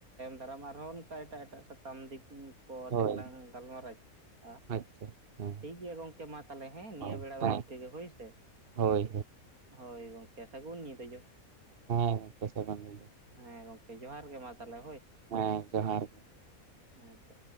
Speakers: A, on the right; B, on the right.
A: ᱟᱨᱟᱢ ᱟᱨᱦᱚᱸ ᱚᱱᱠᱟ ᱮᱴᱟᱜ ᱮᱴᱟᱜ ᱥᱟᱛᱟᱢ ᱫᱤᱠ ᱠᱚ ᱟᱛᱮᱫ
B: ᱦᱳᱭ
A: ᱞᱟᱝ ᱜᱟᱞᱢᱟᱨᱟᱣᱼᱟ
B: ᱟᱪᱪᱷᱟ ᱦᱮᱸ
A: ᱴᱷᱤᱠ ᱜᱮᱭᱟ ᱜᱚᱢᱠᱮ ᱢᱟ ᱛᱟᱦᱞᱮ ᱦᱮᱸ ᱱᱤᱭᱟᱹ
B: ᱦᱳᱭ
A: ᱵᱮᱲᱟ ᱫᱚ ᱱᱤᱝᱠᱟᱹ ᱜᱮ ᱦᱳᱭ ᱥᱮ
B: ᱦᱳᱭ
A: ᱦᱳᱭ ᱜᱚᱝᱠᱮ ᱥᱟᱜᱩᱱ ᱧᱤᱫᱟᱹ
B: ᱦᱮᱸ ᱯᱮᱥ ᱠᱟᱱᱟᱢ ᱫᱚ
A: ᱦᱮᱸ ᱜᱚᱝᱠᱮ ᱡᱚᱦᱟᱨ ᱜᱮ ᱢᱟ ᱛᱟᱦᱚᱞᱮ
B: ᱦᱮᱸ ᱡᱚᱦᱟᱨ ᱜᱮ
A: ᱦᱮᱸᱛᱚ